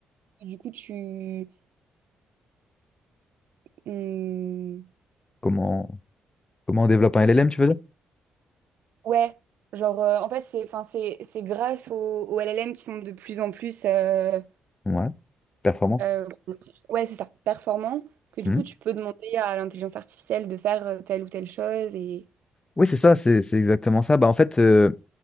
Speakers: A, on the right; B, on the left.
A: Et Du coup, tu... hum,
B: Comment? Comment on développe un LLM, tu veux dire?
A: ouais, genre euh, en fait, c'est enfin, c'est, c'est grâce aux, aux LLM qui sont de plus en plus... euh,
B: Ouais, performant.
A: euh, comment dire ouais, c'est ça, performants, que du
B: Mhm.
A: coup, tu peux demander à l'intelligence artificielle de faire euh, telle ou telle chose et...
B: Oui, c'est ça, c'est c'est exactement ça. Bah, en fait, euh,